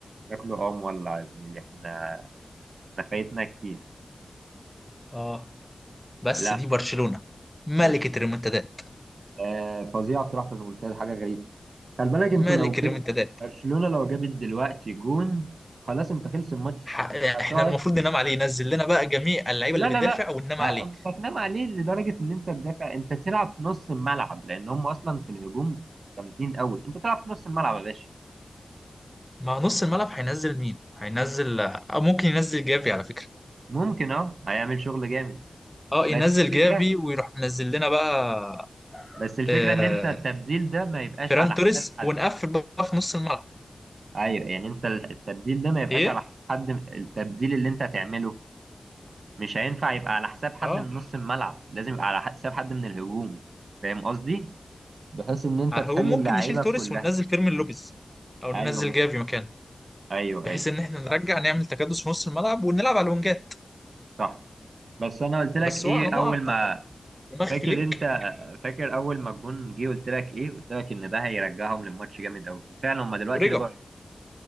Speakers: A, on the right; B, in the centre.
A: شكله اه مولع يا زميلي احنا احنا فايتنا كتير
B: اه بس
A: لا
B: دي برشلونة ملكة
A: برشلونة
B: الريمونتادات
A: آه فظيعه بصراحه في الممتاز حاجه غريبه خلي بالك
B: ملك
A: انتوا لو جي
B: الريمونتادات
A: برشلونه لو جابت دلوقتي جون خلاص انت خلص الماتش
B: ح-
A: انت هتقعد
B: احنا المفروض ننام عليه ينزل لنا بقى جميع اللعيبه
A: لا
B: اللي
A: لا
B: بتدافع
A: لا
B: وننام
A: لا
B: عليه
A: مش هتنام عليه لدرجه ان انت تدافع انت تلعب في نص الملعب لان هم اصلا في الهجوم جامدين قوي انت تلعب في نص الملعب يا باشا
B: ما نص الملعب هينزل مين هينزل أو ممكن ينزل جافي على فكرة
A: ممكن اه هيعمل شغل جامد
B: اه
A: بس
B: ينزل
A: الفكره
B: جافي ويروح منزل لنا بقى
A: بس الفكره
B: آه،
A: ان انت التبديل ده ما يبقاش
B: فيران
A: على
B: توريس
A: حساب حد
B: ونقفل بقى في نص الملعب
A: ايوه يعني انت التبديل ده ما يبقاش
B: ايه
A: على حساب حد التبديل اللي انت هتعمله مش هينفع يبقى على حساب حد
B: اه
A: من نص الملعب لازم يبقى على حساب حد من الهجوم فاهم قصدي بحيث ان انت
B: هو
A: تخلي
B: ممكن
A: اللعيبه
B: نشيل توريس
A: كلها
B: وننزل فيرمين لوبيز او
A: ايوه
B: ننزل
A: ممكن.
B: جافي مكانه
A: ايوه
B: بحيث
A: ايوه
B: ان احنا نرجع نعمل تكدس في نص الملعب ونلعب على الونجات
A: صح بس انا قلت لك
B: بس
A: ايه
B: هو على ما
A: اول
B: اعتقد
A: ما
B: دماغ
A: فاكر
B: فليك
A: انت فاكر اول ما الجون جه قلت لك ايه قلت لك ان ده هيرجعهم للماتش جامد قوي وفعلا هم دلوقتي
B: ورجع
A: رجعوا